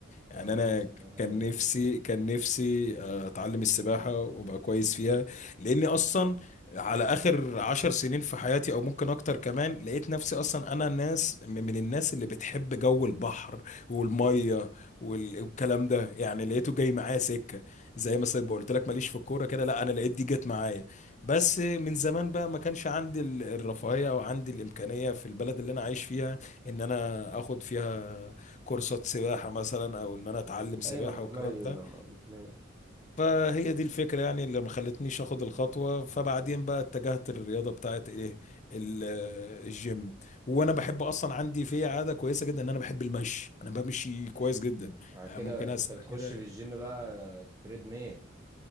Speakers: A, on the left; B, on the right.
A: يعني
B: اه
A: انا
B: السباحة
A: كان
B: جميل
A: نفسي كان نفسي آه، اتعلم السباحه وابقى كويس فيها لاني اصلا على اخر عشر سنين في حياتي او ممكن اكتر كمان لقيت نفسي اصلا انا الناس م- من الناس اللي بتحب جو البحر والميه وال- والكلام ده يعني لقيته جاي معايا سكه زي مثلا ما قلت لك ماليش في الكوره كده لا انا لقيت دي جت معايا بس من زمان بقى ما كانش عندي ال- الرفاهيه او عندي الامكانيه في البلد اللي انا عايش فيها ان انا اخد فيها كورسات سباحة مثلا او ان انا اتعلم سباحة
B: ايوه
A: والكلام
B: قليل
A: ده
B: لما بتلاقي
A: فهي دي الفكرة يعني اللي ما خلتنيش اخد الخطوة فبعدين بقى اتجهت للرياضة بتاعت ايه ال- الجيم وانا بحب اصلا عندي في عادة كويسة جدا ان انا بحب المشي انا بمشي كويس جدا
B: بعد
A: يعني
B: كده
A: ممكن اسرح
B: انت بتخش
A: كده
B: في الجيم بقى تريد ميل